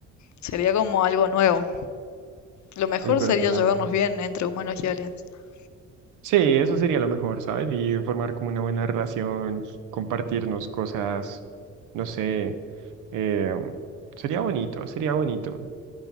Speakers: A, on the left; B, on the right.
A: Sería como algo nuevo. Lo mejor
B: es verdad.
A: sería llevarnos bien entre humanos y aliens. <laughs>
B: Sí, eso sería lo mejor, ¿sabes? Y formar como una buena relación, compartirnos cosas, no sé, eh, sería bonito, sería bonito.